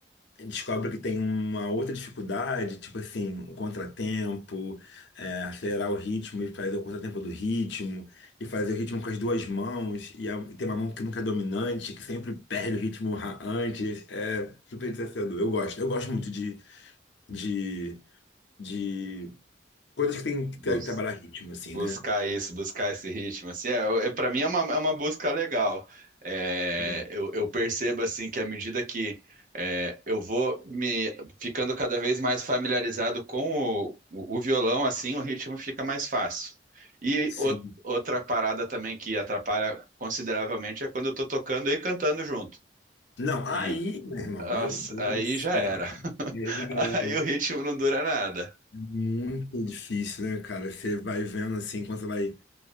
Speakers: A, on the left; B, on the right.
A: descobre que tem uma outra dificuldade, tipo assim, o contratempo, é, acelerar o ritmo e fazer o contratempo do ritmo, e fazer o ritmo com as duas mãos, e a- e tem uma mão que nunca é dominante, que sempre perde o ritmo ra- antes. É super desafiador. Eu gosto, eu gosto muito de, de, de Coisas que tem que
B: Bus-
A: tem que trabalhar ritmo, assim,
B: buscar
A: né?
B: isso, buscar esse ritmo, assim, é, eu- é para mim é uma, é uma busca legal. É,
A: Hum.
B: eu, eu percebo assim que à medida que é, eu vou me ficando cada vez mais familiarizado com o, o, o violão, assim, o ritmo fica mais fácil. E
A: Sim.
B: o- outra parada também que atrapalha consideravelmente é quando eu tô tocando e cantando junto.
A: Não, aí,
B: E
A: meu irmão,
B: nossa,
A: meu Deus
B: aí
A: do céu.
B: já era. <laughs>
A: É, já é
B: Aí o ritmo não dura nada.
A: muito difícil, né, cara? Você vai vendo assim, quando você vai